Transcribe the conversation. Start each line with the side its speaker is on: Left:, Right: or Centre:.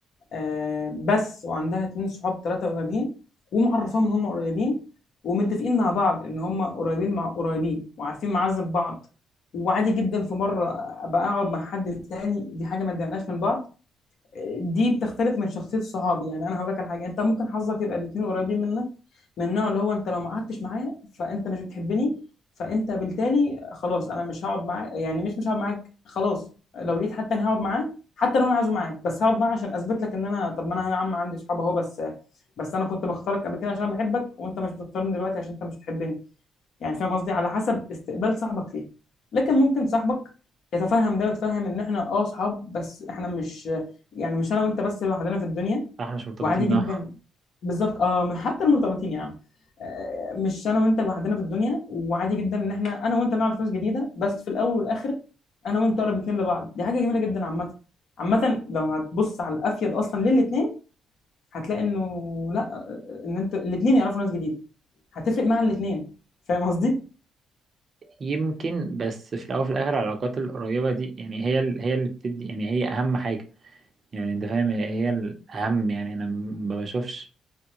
Left: آه، بس وعندها اتنين صحاب تلاتة قريبين ومعرفاهم ان هم قريبين ومتفقين مع بعض ان هم قريبين مع قريبين وعارفين معازب بعض وعادي جدا في مرة ابقى اقعد مع حد تاني دي حاجة ما تضايقناش من بعض دي بتختلف من شخصيه الصحاب يعني انا هقول لك على حاجه انت ممكن حظك يبقى الاثنين قريبين منك من النوع اللي هو انت لو ما قعدتش معايا فانت مش بتحبني فانت بالتالي خلاص انا مش هقعد معاك يعني مش مش هقعد معاك خلاص لو لقيت حد تاني هقعد معاه حتى لو انا عايزه معاك بس هقعد معاه عشان اثبت لك ان انا طب ما انا يا عم عندي صحاب اهو بس بس انا كنت بختارك قبل كده عشان بحبك وانت مش بتختارني دلوقتي عشان انت مش بتحبني يعني فاهم قصدي على حسب استقبال صاحبك ليها لكن ممكن صاحبك يتفهم ده ويتفهم ان احنا اه اصحاب بس احنا مش يعني مش انا وانت بس لوحدنا في الدنيا
Right: احنا مش مرتبطين
Left: وعادي جدا
Right: اه
Left: بالظبط اه حتى المرتبطين يا عم آه، مش انا وانت لوحدنا في الدنيا وعادي جدا ان احنا انا وانت نعرف ناس جديده بس في الاول والاخر انا وانت اقرب اتنين لبعض دي حاجه جميله جدا عامه عامه لو هتبص على الافيد اصلا للاتنين هتلاقي انه لا ان انت الاتنين يعرفوا ناس جديده هتفرق مع الاتنين فاهم قصدي؟
Right: يمكن بس في الاول وفي الاخر العلاقات القريبه دي يعني هي ال- هي اللي بتدي يعني هي اهم حاجه يعني انت فاهم هي هي الاهم يعني انا ما بشوفش